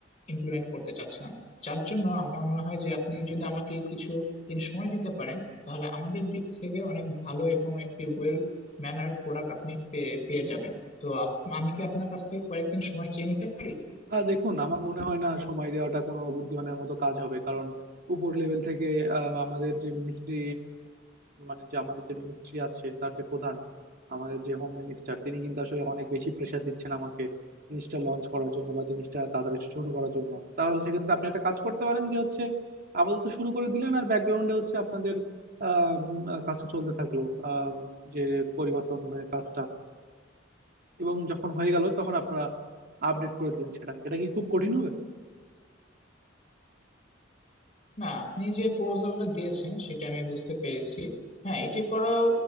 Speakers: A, on the left; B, on the right.
A: ইমপ্লিমেন্ট করতে চাচ্ছি যার জন্য আমার মনে হয় যে আপনি যদি আমাকে কিছু দিন সময় দিতে পারেন তাহলে আমাদের দিক থেকে অনেক ভালো এবং একটি ওয়েল ম্যানার্ড প্রোডাক্ট আপনি পেয়ে পেয়ে যাবেন তো আপ- আমি কি আপনার কাছ থেকে কয়েকদিন সময় চেয়ে নিতে পারি
B: আর দেখুন আমার মনে হয় না সময় দেওয়াটা কোনো বুদ্ধিমানের মতো কাজ হবে কারণ উপর লেভেল থেকে আহ, আমাদের যে মিনিস্ট্রি মানে যে আমাদের যে মিনিস্ট্রি আসছে তার যে প্রধান আমাদের যে হোম মিনিস্টার তিনি কিন্তু আসলে অনেক বেশি প্রেশার দিচ্ছেন আমাকে জিনিসটা লঞ্চ করার জন্য বা জিনিসটা তাড়াতাড়ি শুরু করার জন্য তাহলে সেক্ষেত্রে আপনি একটা কাজ করতে পারেন যে হচ্ছে আপাতত শুরু করে দিলেন আর ব্যাকগ্রাউন্ডে হচ্ছে আপনাদের আহ, উম, আহ, কাজটা চলতে থাকলো আহ, যে পরিবর্তন আহ, কাজটা এবং যখন হয়ে গেল তখন আপনারা আপডেট করে দিলেন সেটা এটা কি খুব কঠিন হবে
A: না আপনি যে প্রপোজালটা দিয়েছেন সেটা আমি বুঝতে পেরেছি হ্যাঁ এটি করাও